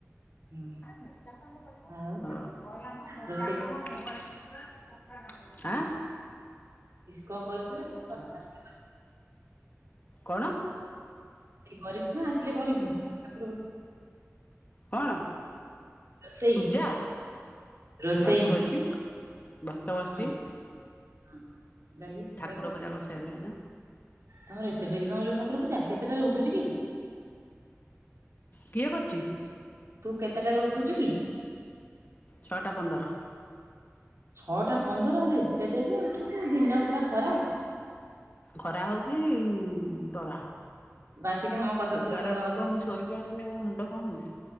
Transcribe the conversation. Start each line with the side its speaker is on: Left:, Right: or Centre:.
Right: ହଁ
Left: ମୋଟା କାମ କରିବ
Right: ଆଉ
Left: ନା ମୋଟା
Right: ରୋଷେଇ
Left: କାମ ମୋବଲ ହାଁ
Right: କଣ କରିଛୁ ନା କିଛି କରିନୁ
Left: ହଁ
Right: ଆସିଲେ
Left: କଣ?
Right: ଏ କରିଛୁ ନା ଆସିଲେ କରିବୁ ଠାକୁର
Left: କଣ?
Right: ରୋଷେଇ
Left: ପୂଜା
Right: ରୋଷେଇ
Left: ଭାତ ବଇଛି। ଭାତ ବସିଛି।
Right: ହଁ ହଁ। ଡାଲି ତରକାରୀ
Left: ଠାକୁର ପୂଜା ବ ସାରିଲେଣି?
Right: ତମର ଏତେ ଡେରି କଣଲ ଠାକୁର ପୂଜା କେତେଟାରେ ଉଠୁଛି କି?
Left: କିଏ କରିଛି?
Right: ତୁ କେତେଟାରେ ଉଠୁଛୁ କି?
Left: ଛଟା ପନ୍ଦର।
Right: ଛଅଟା ପନ୍ଦର ହେଲେ ଏତେ ଡେରିରେ ଉଠୁଛୁ ଆ ଦିନ ପୁରା ଖରା।
Left: ଖରା ହଉ କି ହୁଁ ତରା ହଉ
Right: ବାସି କାମ କରିଦଉଥିବ
Left: ସୁୁଗାର ଲୋକ ମୁଁ ଶୋଇପାରୁନି ମୋ ମୁଣ୍ଡ କଣ ହଉଛି।